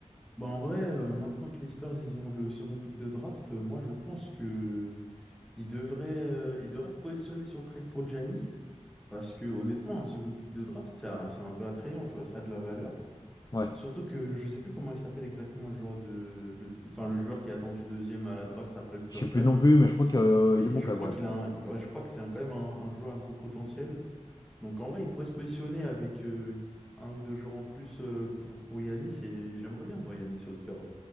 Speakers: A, in the centre; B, on the left.
A: Bah en vrai, euh, maintenant que les Spurs ils ont le second pick de draft, euh, moi je pense que ils devraient, euh, ils devraient se positionner sur le trade pour Giannis parce que honnêtement, un second pick de draft, ça, c'est un peu attrayant, tu vois, ça a de la valeur.
B: Ouais.
A: Surtout que je sais plus comment il s'appelle exactement le joueur de, le, enfin le joueur qui a attendu deuxième à la draft après Cooper
B: Je sais
A: Flag,
B: plus non plus, mais je crois qu'il est
A: Mais
B: bon
A: je
B: quand
A: crois
B: même, ouais.
A: qu'il a un- ouais, je crois que c'est un- quand même un, un joueur à gros potentiel. Donc en vrai, il pourrait se positionner avec euh, un ou deux joueurs en plus euh, pour, pour Yanis et j'aimerais bien voir Yanis aux Spurs.